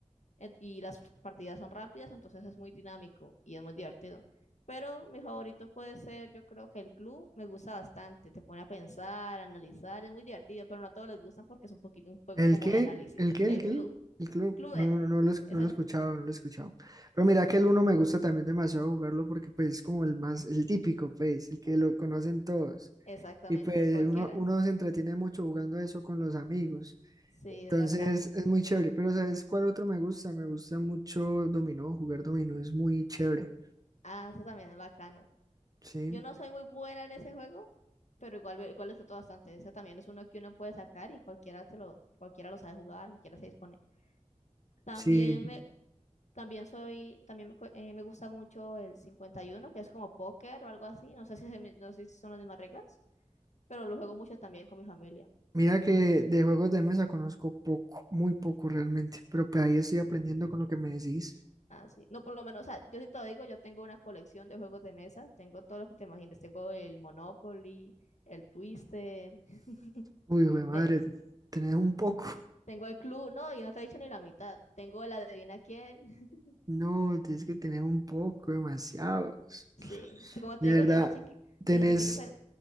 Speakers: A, on the left; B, on the right.
A: Et- Y las partidas son rápidas, entonces es muy dinámico y es muy divertido. Pero mi favorito puede ser, yo creo que el club me gusta bastante, te pone a pensar, a analizar, es muy divertido, pero no a todos les gustan porque es un poquito un juego
B: ¿El
A: como
B: qué?
A: de análisis.
B: ¿El qué? ¿El
A: El
B: qué?
A: club,
B: El club.
A: Clue,
B: No, no, no lo, es-
A: es
B: no lo
A: el,
B: he escuchado, no lo he escuchado. Pero mira que el uno me gusta también demasiado jugarlo porque pues es como el más, el típico, pues, el que lo conocen todos.
A: exactamente,
B: Y pues
A: cualquiera.
B: uno, uno se entretiene mucho jugando eso con los amigos.
A: Sí,
B: Entonces
A: es bacano.
B: es muy chévere, pero ¿sabes cuál otro me gusta? Me gusta mucho dominó, jugar dominó es muy chévere,
A: Ah, ese también es bacano.
B: ¿sí?
A: Yo no soy muy buena en ese juego, pero igual, igual disfruto bastante. Ese también es uno que uno puede sacar y cualquiera se lo, cualquiera lo sabe jugar, cualquiera se dispone. También
B: Sí,
A: me, También soy, también me, jue- eh, me gusta mucho el 51 que es como póker o algo así. No sé si, se me- no sé si son las mismas reglas, pero lo juego mucho también con mi familia.
B: mira
A: No
B: que
A: es
B: de juegos de mesa conozco poco, muy poco realmente, pero pues ahí estoy aprendiendo con lo que me decís.
A: así. No, por lo menos, o sea, yo sí te lo digo, yo tengo una colección de juegos de mesa. Tengo todo lo que te imagines. Tengo el Monopoly, el Twister, <laughs>
B: Uy, hijo de madre,
A: te-
B: tenés un poco.
A: tengo el club, no, y no te he dicho ni la mitad. Tengo el adivina quién. <laughs>
B: No, tienes que tener un poco, demasiados.
A: Sí, como
B: De
A: te digo,
B: verdad,
A: yo desde chiqui-
B: tenés,
A: desde chiquita